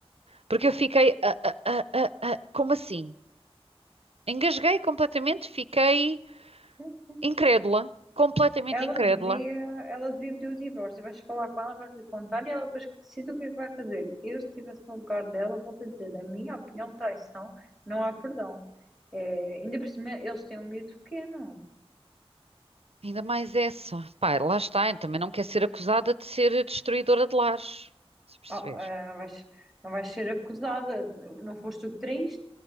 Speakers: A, on the right; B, in the centre.
A: Porque eu fiquei, ah, ah, ah, ah, ah, como assim? Engasguei completamente, fiquei
B: Sim, sim.
A: Incrédula, completamente
B: Ela
A: incrédula.
B: devia, ela devia pedir o divórcio. Vais falar com ela, vais-lhe contar e ela depois que decide o que é que vai fazer. Eu, se estivesse no lugar dela, volto a dizer, na minha opinião, traição, não há perdão. É, ainda por cima, eles têm um miúdo pequeno.
A: Ainda mais essa. Pá, lá está, eu também não quer ser acusada de ser destruidora de lares. Se perceber.
B: Ah, ah, não vais, não vais ser acusada. Não foste tu que traíste,